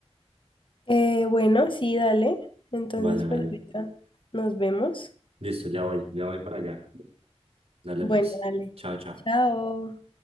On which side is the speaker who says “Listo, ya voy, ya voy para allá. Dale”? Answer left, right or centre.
Right